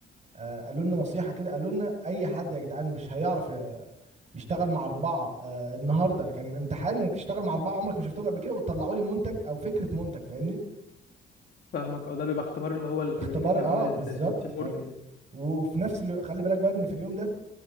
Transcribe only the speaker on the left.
فاهمك اه ده بيبقى اختبار اللي هو الكوميونيكيشن
هيبقى
عامل ازاي
او التيم
ورك يعني